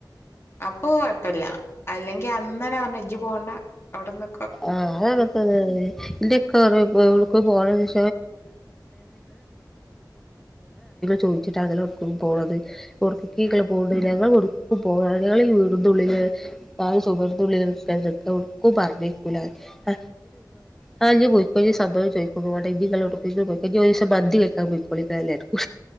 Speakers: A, on the left; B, in the centre.
A: അപ്പൊ കുഴപ്പില്ല അല്ലെങ്കി അന്നന്നെ പറ ഇജ് പോണ്ട അവിടെന്ന്.
B: ആഹ് <unintelligible> എന്റെ ഇക്ക പറയും <unintelligible> <unintelligible> ചോദിച്ചിട്ടാണല്ലോ <unintelligible> പോണത് ഒട്ക്കൊക്കെ ഇങ്ങൾ പോണുണ്ട് ഞങ്ങൾ ഒടക്കും പോവാതെ ഈ വീടിനുള്ളിൽ താല സുമർന്നുള്ള മരണ കൂടാ ഇ <unintelligible> ആ, ഇയ്യ് പൊയ്ക്കോ, സംഭവം ചോയ്ക്കൂന്നും വേണ്ട. <unintelligible> ഇനി ഒരു ദിവസം മന്തിവെക്കാൻ പൊയ്‌കൊളിൻ എല്ലാവരും.